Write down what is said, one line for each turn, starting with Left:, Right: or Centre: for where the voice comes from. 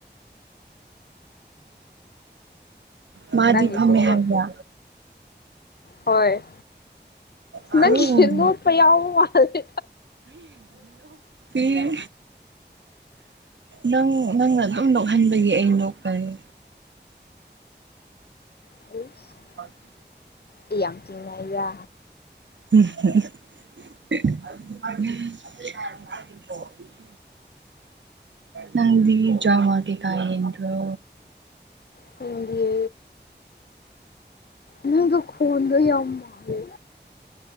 Right: ꯃꯥꯗꯤ
Left: ꯅꯪꯒꯤꯁꯦ
Right: ꯐꯝꯃꯦ
Left: ꯅꯣꯠ
Right: ꯍꯥꯏꯕ꯫
Left: ꯍꯣꯏ꯫
Right: ꯑꯣ
Left: ꯅꯪꯒꯤ ꯂꯣꯠꯄ ꯌꯥꯎ ꯃꯥꯜꯂꯦ
Right: ꯑꯥ ꯅꯪ ꯅꯪꯅ ꯑꯗꯨꯝ ꯅꯣꯛꯍꯟꯕꯒꯤ ꯑꯩ ꯅꯣꯛꯄꯥꯅꯤ
Left: <unintelligible>
Right: <unintelligible>
Left: ꯑꯩ ꯌꯥꯝ ꯆꯤꯡꯅꯩꯗꯥ
Right: <unintelligible> ꯅꯪꯗꯤ ꯗ꯭ꯔꯃꯥ ꯀꯩꯀꯥ ꯌꯦꯡꯗ꯭ꯔꯣ꯫
Left: ꯀꯗꯤ ꯅꯪꯒ ꯈꯣꯟꯗꯣ ꯌꯥꯝ ꯃꯥꯂꯦ꯫